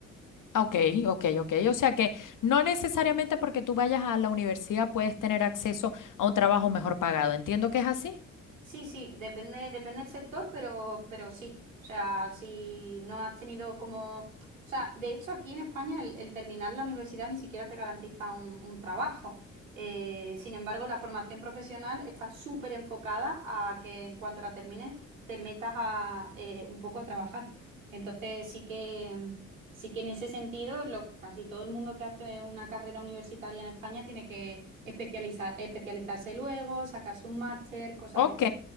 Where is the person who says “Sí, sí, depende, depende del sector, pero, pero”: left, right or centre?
Right